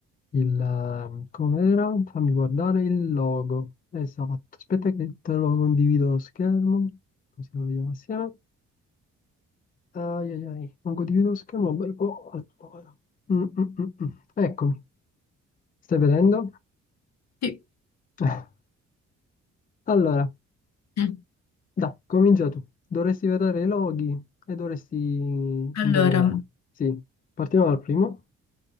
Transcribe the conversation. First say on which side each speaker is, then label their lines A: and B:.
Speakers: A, on the left (about 30°); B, on the left (about 60°).
A: il eh, com'era? Fammi guardare il logo. Esatto, aspetta che te lo condivido lo schermo, così lo vediamo assieme. Ai ai ai, non condivido lo schermo un bel po'. Allora. Mm, mm, mm, mm. Eccomi, stai vedendo?
B: sì.
A: <laughs> Allora,
B: Mm.
A: dai, comincia tu. Dovresti vedere i loghi e dovresti indovinare.
B: Allora,
A: Sì, partiamo dal primo.